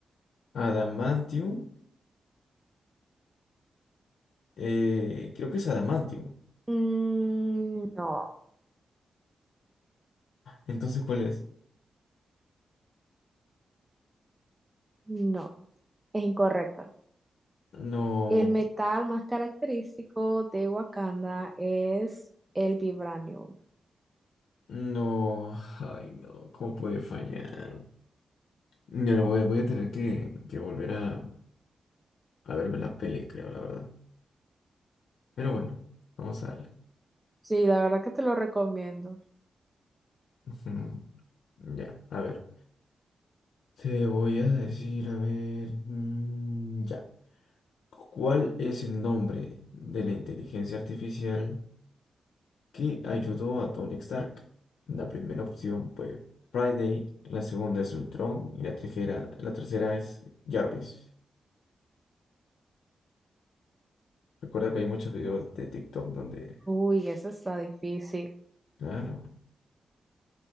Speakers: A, on the left; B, on the right.
A: Adamantium. Eh, creo que es Adamantium.
B: Mm, no,
A: Entonces, ¿cuál es?
B: no, es incorrecto.
A: No,
B: El metal más característico de Wakanda es el vibranium.
A: no. Ay, no. ¿Cómo puede fallar? Ya no voy, voy a tener que, que volver a, a verme la peli, creo, la verdad. Pero bueno, vamos a darle.
B: Sí, la verdad que te lo recomiendo.
A: Ujú. Ya, a ver. Te voy a decir, a ver. mm, ya. ¿Cuál es el nombre de la inteligencia artificial? que ayudó a Tony Stark. La primera opción fue Friday, la segunda es Ultron y la tercera, la tercera es Jarvis. Recuerda que hay muchos videos de TikTok donde,
B: Uy, eso está difícil.
A: claro,